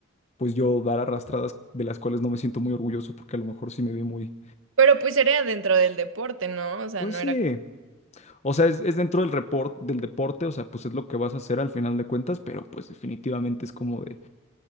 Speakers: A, on the left; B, on the right.
A: pues yo dar arrastradas de las cuales no me siento muy orgulloso porque a lo mejor sí me vi muy,
B: Pero pues era dentro del deporte, ¿no? O sea,
A: pues
B: no
A: sí,
B: era como,
A: o sea, es, es dentro del report, del deporte, o sea, pues es lo que vas a hacer al final de cuentas, pero pues definitivamente es como de...